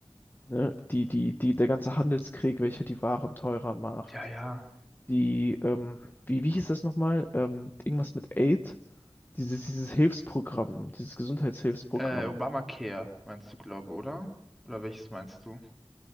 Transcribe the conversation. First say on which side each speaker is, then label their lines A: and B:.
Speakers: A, on the left; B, in the centre.
A: Ne? Die, die, die, der ganze Handelskrieg, welcher die Waren teurer macht.
B: ja, ja.
A: Die, ähm, wie, wie hieß das nochmal? Ähm, irgendwas mit Aid? Dieses, dieses Hilfsprogramm, dieses Gesundheitshilfsprogramm,
B: Äh, Obamacare meinst du, glaube, oder? Oder welches meinst du?